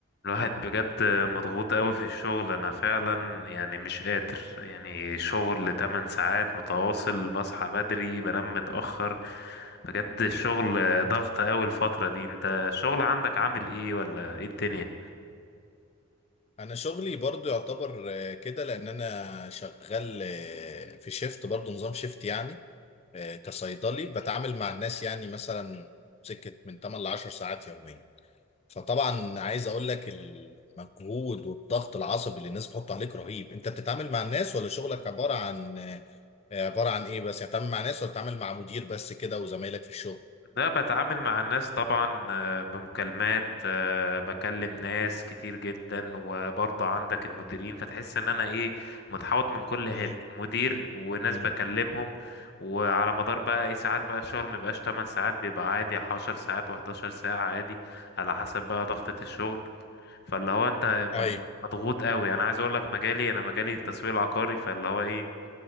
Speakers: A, on the left; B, on the left.
A: الواحد بجد مضغوط قوي في الشغل انا فعلا يعني مش قادر يعني شغل 8 ساعات متواصل بصحى بدري بنام متأخر بجد الشغل
B: مم.
A: ضغط قوي الفترة دي انت الشغل عندك عامل ايه ولا ايه الدنيا
B: انا شغلي برضو يعتبر آه، كده لان انا شغال آه، في شيفت برضو نظام شيفت يعني آه، كصيدلي بتعامل مع الناس يعني مثلا سكة من 8 ل 10 ساعات يوميا فطبعا عايز اقول لك المجهود والضغط العصبي اللي الناس بتحط عليك رهيب انت بتتعامل مع الناس ولا شغلك عبارة عن آه، عبارة عن ايه بس يعني بتتعامل مع ناس ولا بتتعامل مع مدير بس كده وزمايلك في الشغل
A: لا بتعامل مع الناس طبعا آه، بمكالمات آه، بكلم ناس كتير جدا وبرضه عندك المديرين فتحس ان انا ايه متحوط من كل حتة
B: امم
A: مدير وناس
B: امم
A: بكلمهم وعلى مدار بقى ايه ساعات بقى الشغل مبيبقاش 8 ساعات بيبقى عادي 10 ساعات و11 ساعة عادي على حسب بقى ضغطة الشغل فاللي هو انت م-
B: اي
A: م- مضغوط قوي انا عايز اقول لك مجالي انا مجالي التسويق العقاري فاللي هو ايه